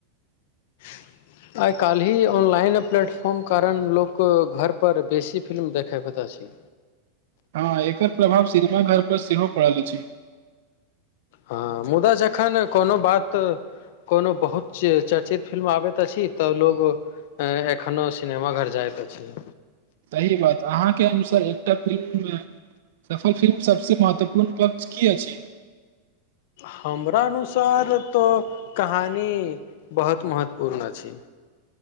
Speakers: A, on the left; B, on the right.
A: <inaudible> आइ काल्ही ऑनलाइन प्लेटफॉर्म कारण लोक घरपर बेसी फिल्म देखयत अछि
B: हँ एकर प्रभाव सिनेमा घर पर सेहो पड़ल अछि
A: हँ मुदा जखन कोनो बात कोनो बहुत चर्चित फिल्म आबैत अछि तऽ लोग अ एखनो सिनेमा घर जाइत अछि
B: सही बात अहाँके अनुसार एकटा फिल्म मे सफल फिल्म सबसँ महत्वपूर्ण पक्ष की अछि
A: हमरा अनुसार तो कहानी बहुत महत्वपूर्ण अछि